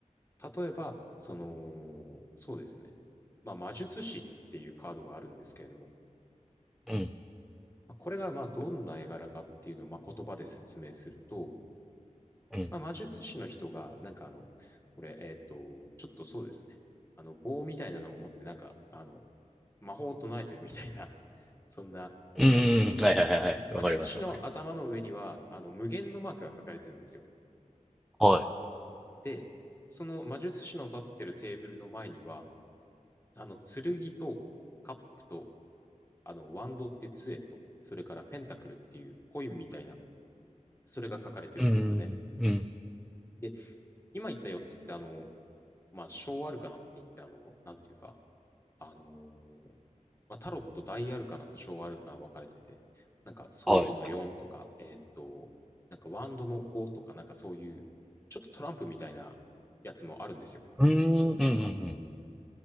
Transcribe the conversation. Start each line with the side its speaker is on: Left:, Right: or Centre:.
Left: 例えば、その、そうですね。まあ、魔術師っていうカードがあるんですけれども、
Centre: うん。
Left: これがまあどんな絵柄かっていうのをまあ言葉で説明すると、
Centre: うん
Left: まあ、魔術師の人が、なんかあの、これ、えっと、ちょっとそうですね。あの、棒みたいなのを持って、なんか、あの、魔法を唱えてるみたいな、<laughs> そんな絵なんですけど、
Centre: うんうんうん。はいはいはいはい。
Left: 魔術師の頭の上には、
Centre: わかりますわかります。
Left: あの、無限のマークが書かれてるんですよ。
Centre: はい。
Left: で、その魔術師の立ってるテーブルの前には、あの、剣とカップと、あの、ワンドっていう杖と、それからペンタクルっていうコインみたいな、それが書かれてるんですよね。
Centre: うんうんうん。うん。
Left: で、今言った4つって、あの、まあ、小アルカナって言って、あの、なんていうか、あのーまあ、タロット大アルカナと小アルカナ分かれてて、なんかソードの4とか、
Centre: はい。
Left: えーっと、なんかワンドの5とか、なんかそういう、ちょっとトランプみたいなやつもあるんですよ。
Centre: うーん、うんうん
Left: タロットカードって。